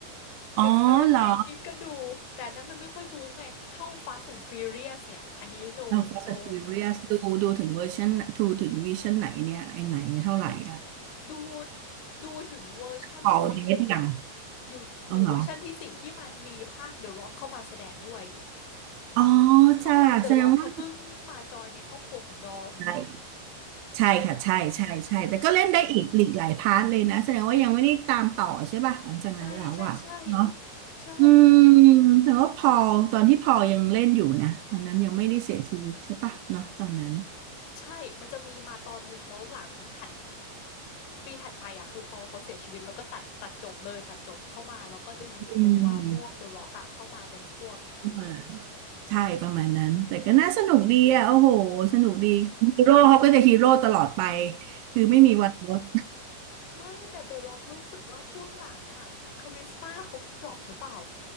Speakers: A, on the right; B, on the left.
A: อ๋อเหรอ
B: The Karate Kid ก็ดู แต่อันนั้นมันไม่ค่อยบู๊ไง เท่า Fast and Furious เนี่ย อันนี้ no
A: เอา Fast
B: no
A: and Furious ดูดูถึงเวอร์ชันดูถึงวิชั่นไหนเนี่ยไอไหนเท่าไหร่อ่ะ
B: เอ้ยดูดูถึงเวอร์ชั่นที่สี่อยู่ค่ะ
A: พอเดทอย่าง
B: อยู่อยู่เวอร์ชั่นที่สี่ที่มันมีภาค
A: อ๋อเหรอ
B: The Rock เข้ามาแสดงด้วย
A: อ๋อ
B: ช่วงหลัง
A: จ้าแสดงว่า
B: The Rock เขาเพิ่งมาจอยในครอบครัวของดอม
A: ใช่ใช่ค่ะใช่ใช่ใช่แต่ก็เล่นได้อีกหลีกหลายพาร์ทเลยนะแสดงว่ายังไม่ได้ตามต่อใช่ป่ะหลังจากนั้นแล้วอ่ะเนาะ
B: ใช่ใช่ใช่ใช่
A: อืมแต่ว่าพอลตอนที่พอลยังเล่นอยู่นะตอนนั้นยังไม่ได้เสียชีวิตใช่ปะเนาะตอนนั้น
B: ใช่ มันจะมีมาตอนหนึ่งแล้วหลังถัด ปีถัดไปอะคือพอเขาเสียชีวิตแล้วก็ตัดตัดจบเลยตัดจบเข้ามาแล้วก็ดึงตัวพวก
A: อืม
B: The Rock อะเข้ามาเป็นพวกอีกทีมหนึ่ง
A: ประมาณใช่ประมาณนั้นแต่ก็น่าสนุกดีอ่ะโอ้โหสนุกดีฮีโร่เขาก็จะฮีโร่ตลอดไปคือไม่มีวันลด
B: ไม่แต่ The Rock รู้สึกว่าช่วงหลังอะคาริสมาเขาดรอปหรือเปล่า